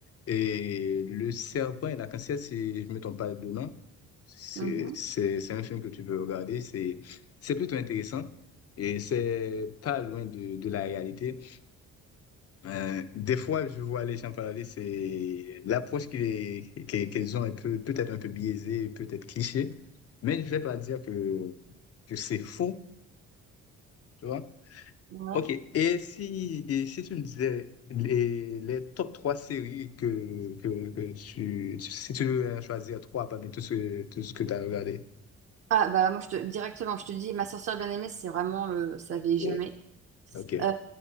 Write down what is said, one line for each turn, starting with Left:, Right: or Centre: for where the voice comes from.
Left: et Le Serpent et la Cancière, si je ne me trompe pas de nom. C'est,
Right: Mhm,
Left: c'est, c'est un film que tu peux regarder. C'est, c'est plutôt intéressant et c'est pas loin de, de la réalité. Euh, des fois, je vois les gens parler, c'est l'approche qui est- qui- qu'ils ont est peu- peut-être un peu biaisée, peut-être cliché, mais je ne vais pas dire que, que c'est faux, tu vois.
Right: ouais.
Left: Ok, et si, et si tu me disais les, les top 3 séries que, que, que tu, tu- si tu devais choisir trois parmi tout ce, tout ce que tu as regardé.
Right: Ah bah moi je te directement, je te dis, ma sorcière bien-aimée, c'est vraiment le, ça
Left: Ok,
Right: vieillit jamais.
Left: ok.
Right: Euh,